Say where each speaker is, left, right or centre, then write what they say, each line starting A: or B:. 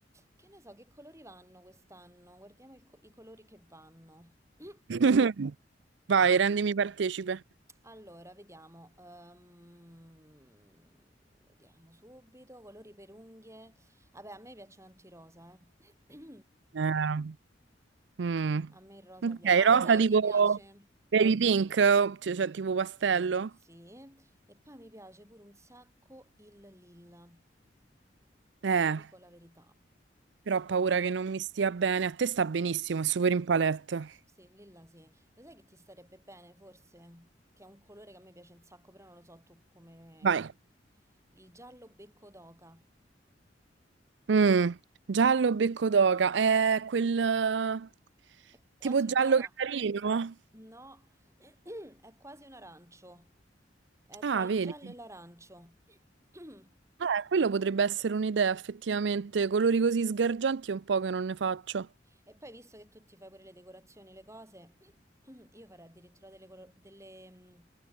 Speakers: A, on the right (about 15°); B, on the right (about 70°).
A: Che ne so, che colori vanno quest'anno? Guardiamo il co- i colori che vanno. <clears throat>
B: <laughs> Vai, rendimi partecipe.
A: Allora, vediamo. ehm, vediamo subito. Colori per unghie. Vabbè, a me piacciono tanto i rosa, eh. <clears throat>
B: Eh, mm.
A: A me il rosa
B: Ok,
A: piace. Ah,
B: rosa
A: lo sai che
B: tipo
A: mi piace?
B: baby pink, cioè, cioè tipo pastello.
A: Sì. E poi mi piace pure un sacco il lilla.
B: Eh,
A: Ti dico la verità.
B: però ho paura che non mi stia bene. A te sta benissimo, è super in palette.
A: Sì, il lilla sì. Lo sai che ti starebbe bene, forse? Che è un colore che a me piace un sacco, però non lo so tu come...
B: Vai.
A: Il giallo becco d'oca.
B: Mm, Giallo becco d'oca, è quel eh,
A: È quasi
B: tipo giallo
A: una ra...
B: carino.
A: No, <clears throat> è quasi un arancio. È
B: Ah,
A: tra il
B: vedi.
A: giallo e l'arancio. <clears throat>
B: Eh, quello potrebbe essere un'idea, effettivamente. Colori così sgargianti è un po' che non ne faccio.
A: E poi, visto che tu ti fai pure le decorazioni, le cose, <clears throat> io farei addirittura delle, colo- delle, mh,